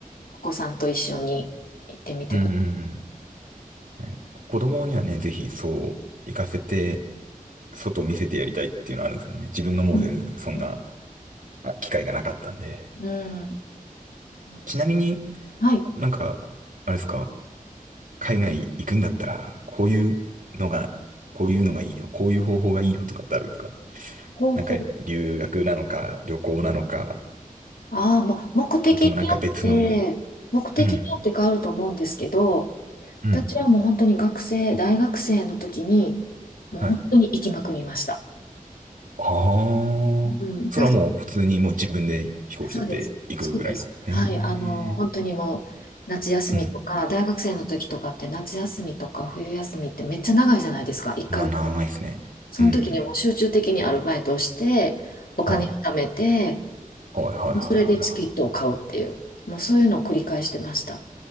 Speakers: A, on the left; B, on the right.
A: お子さんと一緒に行ってみてくだ
B: うんうんうん。子供にはね、ぜひそう、行かせて、外を見せてやりたいっていうのはあるんですけどね。自分がもう全然そんな
A: さい。
B: あ機会がなかったんで。
A: うんうん、そうです。
B: ちなみに、
A: はい。
B: なんか、あれですか、海外行くんだったら、こういうのが、こういうのがいいよ、こういう方法がいいよとかってあるんですか
A: 方法。
B: なんか、留学なのか、旅行なのか、
A: ああ、まあ、目的によって、
B: それともなんか別のな、
A: 目的によって変わると思うんですけど、
B: うん、うん、
A: 私はもう本当に学生、大学生の時に、もう本当に行きまくりました。
B: はい。ああ、
A: うん。
B: それはもう普通にもう自分で飛行機取って行くぐらいの。
A: だ、そうです。そうです。はい。
B: へえ、
A: あの、本当にもう、夏休みとか、
B: うん。
A: 大学生の時とかって夏休みとか冬休みってめっちゃ長いじゃないですか、1ヶ月。
B: まあ長いですね。
A: その時にもう集中的にアルバイトをして、
B: うん、うん。
A: お金を貯めて、
B: はあ、はいはいはいは
A: それでチケットを買うっていう、もうそういうのを繰り返してました。